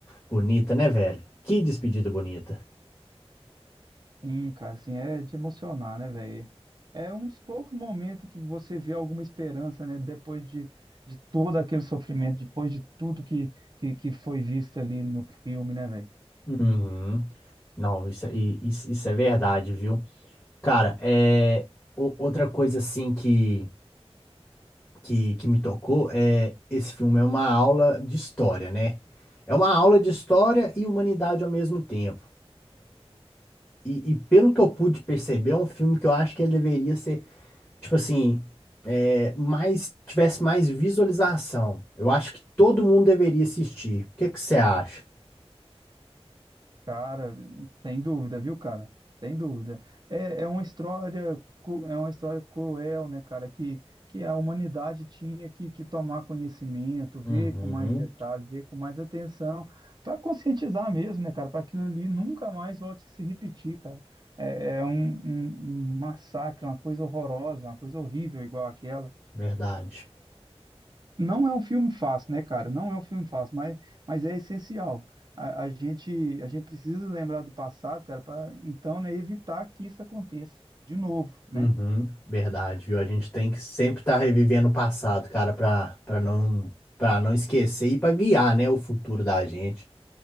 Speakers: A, on the left; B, on the right.
A: bonita, né, velho? Que despedida bonita.
B: Sim, cara, assim, é de emocionar, né, velho? É um dos poucos momentos em que você vê alguma esperança, né, depois de, de todo aquele sofrimento, depois de tudo que, que, que foi visto ali no filme, né, velho?
A: Uhum. Não, isso, é- i- isso, isso é verdade, viu? Cara, é o- outra coisa assim que que, que me tocou é esse filme é uma aula de história, né? É uma aula de história e humanidade ao mesmo tempo. E, e pelo que eu pude perceber, é um filme que eu acho que ele deveria ser, tipo assim, é, mais, tivesse mais visualização. Eu acho que todo mundo deveria assistir. O que é que você acha?
B: Cara, sem dúvida, viu, cara? Sem dúvida. É, é uma história, cru- é uma história cruel, né, cara? Que, que a humanidade tinha que, que tomar conhecimento, ver
A: Uhum,
B: com mais detalhes, ver com mais atenção, para conscientizar mesmo, né, cara? Para aquilo ali nunca mais volte a se repetir, cara. É, é um, um um massacre, uma coisa horrorosa, uma coisa horrível igual aquela.
A: Verdade.
B: Não é um filme fácil, né, cara? Não é um filme fácil, mas, mas é essencial. A, a gente, a gente precisa lembrar do passado, cara, para então, né, evitar que isso aconteça de novo, né?
A: uhum. Verdade, viu? A gente tem que sempre estar revivendo o passado, cara, pra, pra não, pra não esquecer e pra guiar, né, o futuro da gente.